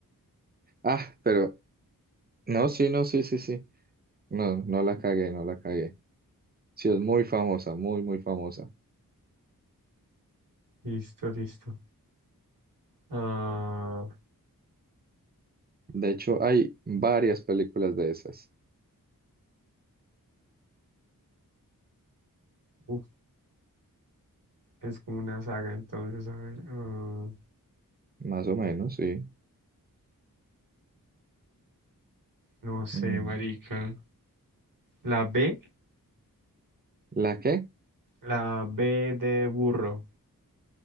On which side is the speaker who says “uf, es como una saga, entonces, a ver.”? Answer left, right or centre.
Right